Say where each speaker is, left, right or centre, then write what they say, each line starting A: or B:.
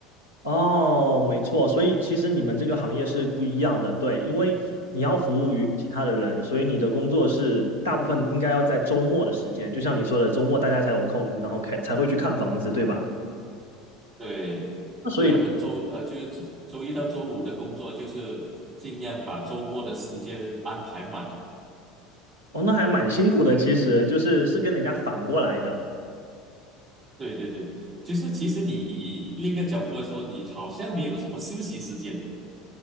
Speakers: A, on the right; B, on the right.
A: 哦，没错，所以其实你们这个行业是不一样的，对，因为你要服务于其他的人，
B: 嗯
A: 所以你的工作是大部分应该要在周末的时间，就像你说的，周末大家才有空，然后开才会去看房子，对吧？
B: 对，
A: 那所以
B: 对，我们周呃，就是周周一到周五的工作，就是尽量把周末的时间安排满。
A: 哦，那还蛮辛苦的，其实就是是跟人家反过来的。
B: 对对对，就是其实你以另一个角度来说，你好像没有什么休息时间。